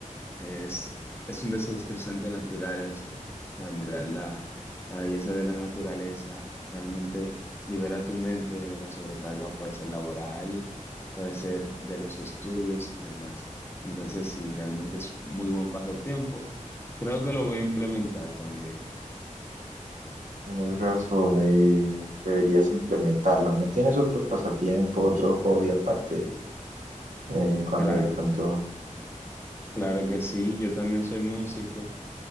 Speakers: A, on the left; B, on the right.
A: Es, es un desestresante natural eso. O sea, mirar la, la belleza de la naturaleza realmente libera tu mente de la sobrecarga, puede ser laboral, puede ser de los estudios y demás. Entonces, sí, realmente es muy buen pasatiempo. Creo que lo voy a implementar también.
B: Tienes razón, eh, deberías implementarlo. ¿No tienes otro pasatiempo, otro hobby aparte? eh, cuando
A: Claro,
B: de pronto,
A: claro que sí. Yo también soy músico.